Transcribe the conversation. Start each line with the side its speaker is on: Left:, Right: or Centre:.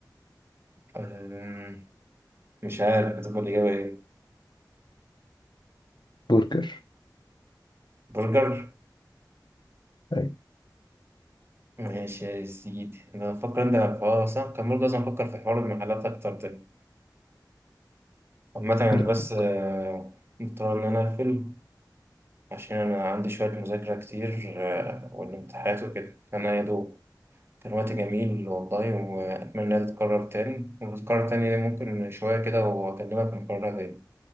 Right: أمم، مش عارف هتبقى الإجابة ايه؟
Left: برجر
Right: برجر؟
Left: أيوة.
Right: ماشي يا سيدي أنا بفكر أنت اه صح كان برضه لازم أفكر في حوار المحلات أكتر ده عامة أنا
Left: لا،
Right: بس آه، مضطر إن أنا أقفل عشان أنا عندي شوية مذاكرة كتير آه، والامتحانات وكده فأنا يا دوب كان وقت جميل والله وأتمنى إنها تتكرر تاني وتتكرر تاني ممكن شوية كده وأكلمك نكررها تاني.